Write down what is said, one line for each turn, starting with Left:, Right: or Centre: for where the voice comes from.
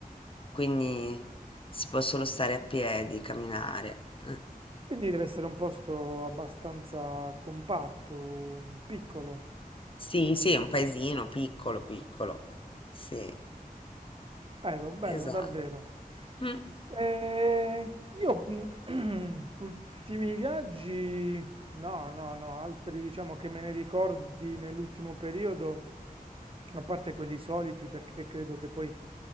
Left: quindi si può solo stare a piedi, camminare. Mm.
Right: Quindi deve essere un posto abbastanza compatto, mm, piccolo.
Left: Sì, sì, è un paesino piccolo, piccolo, sì,
Right: Bello, bello,
Left: esatto.
Right: davvero.
Left: Mm.
Right: Eh, io mm, <clears throat> ultimi viaggi, no, no, no, altri diciamo che me ne ricordi nell'ultimo periodo, a parte quelli soliti, perché credo che poi